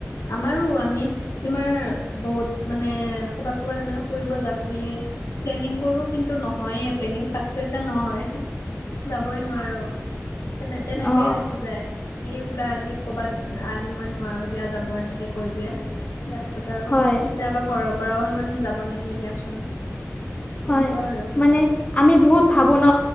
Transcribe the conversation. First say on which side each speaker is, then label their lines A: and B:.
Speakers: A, on the left (about 80°); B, on the left (about 25°).
A: আমাৰো আমি- তোমাৰ বহুত মানে কবাত কবাত এনেকে ফুৰিব যাম বুলি প্লেনিং কৰো কিন্তু নহয়েই প্লেনিং চাকচেছে নহয়, যাবই নোৱাৰো তেনে তেনেকেই
B: অ
A: থাকি যায়। এই বোলে আজি ক'ৰবাত আজি মই নোৱাৰোঁ দিয়া যাব এনেকৈ কৈ দিয়ে। ইয়াৰ পিছত আৰু
B: হয়
A: কেতিয়াবা ঘৰৰ পৰাও ইমান যাব নিদিয়ে দিয়াচোন তেনেকুৱা
B: হয়,
A: আৰু
B: মানে আমি বহুত ভাবো ন